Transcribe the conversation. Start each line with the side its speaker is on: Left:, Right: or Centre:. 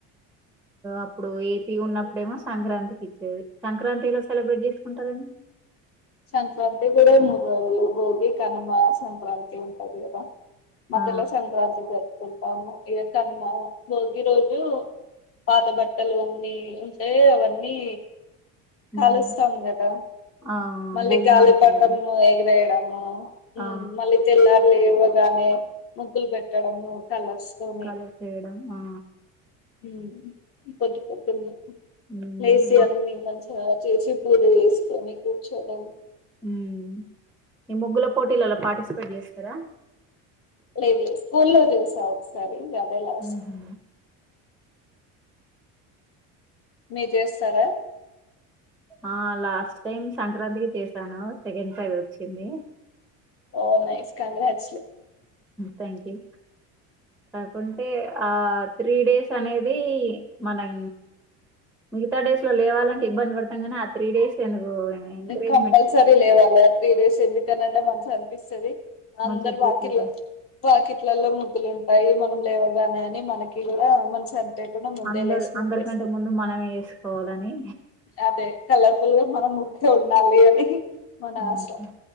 Centre: అప్పుడు ఏపీ ఉన్నప్పుడేమో సంక్రాంతికి ఇచ్చేది సంక్రాంతిలా సెలబ్రేట్ చేసుకుంటారండి
Left: సంక్రాంతి కూడా ముగళ్ళలు భోగి కనుమ సంక్రాంతి ఉంటది కదా మధ్యలో
Centre: ఆ
Left: సంక్రాంతి జరుపుకుంటాము ఇక కనుము భోగి రోజు పాత బట్టలు అన్నీ ఉంటే అవన్నీ
Centre: హ్మ్.
Left: కాలుస్తాం కదా
Centre: ఆ
Left: మళ్ళీ
Centre: భోగిమంటలు
Left: గాలి పటము ఎగిరేయడము ఉమ్
Centre: ఆ
Left: మళ్ళీ తెల్లారి లేవగానే ముగ్గులు పెట్టడము కలర్స్ తోని
Centre: కలుపు వేయడం ఆ
Left: ఉమ్ పోద్దుపోద్దునే
Centre: మ్మ్
Left: లేసి అన్ని మ చేసి పూజ చేసుకొని కూర్చోడం
Centre: ఉమ్ ఈ ముగ్గుల పోటీలు అలా పార్టిసిపేట్ చేస్తారా
Left: లేదు లే స్కూల్లో చూసా ఒకసారి ఇక అదే లాస్ట్
Centre: హుహు.
Left: మీరు చేస్తారా
Centre: ఆ లాస్ట్ టైం సంక్రాంతికి చేసాను సెకండ్ ప్రైజ్ వచ్చింది
Left: ఓ నైస్ కంగ్రాట్స్
Centre: థ్యాంక్ యూ కాకుంటే ఆ త్రీ డేస్ అనేది మనం మిగతా డేస్ లో లేవాలంట ఇబ్బంది పడతాంకానీ ఆ త్రి డేస్ ఎందుకు ఎంకరేజ్మెంట్
Left: కంపల్సరీ లేవాలి ఆ త్రీ డేస్ ఎంది కనంటే మనసు అనిపిస్తుంది అందరు
Centre: మంచిగా ప్రిపేరెన్స్
Left: వాకిల వాకిట్లలో ముగ్గులు ఉంటాయి మనం లేవగానే అ మనకి కూడా మన సనికుడా ముందే
Centre: అందరు
Left: లేసి ముగు
Centre: అందరికంటే
Left: వేసుకో
Centre: ముందు మనమే వేసుకోవాలని
Left: అదే కలర్ఫుల్ గా మనం ముగ్గులు ఉండాలి అని మన
Centre: హ
Left: ఆశ